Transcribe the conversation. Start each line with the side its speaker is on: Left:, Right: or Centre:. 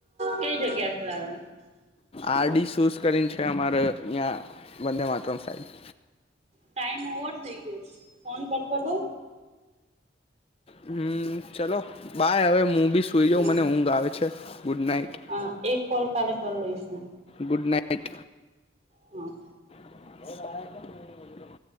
Right: કઈ જગ્યા સે લાવે.
Left: આરડી શૂઝ કરીને છે અમારે અહીંયા Vande Mataram side
Right: time over થઇ ગયો છે ફોન કર કર દઉ.
Left: હમ ચલો બાય હવે હું બી સુઈ જ
Right: હા
Left: મને ઊંઘ આવે છે ગુડ નાઈટ
Right: હા એક કોલ કાલે કરી લઈશું
Left: ગુડ નાઇટ. થીક.
Right: હા.
Left: <unintelligible>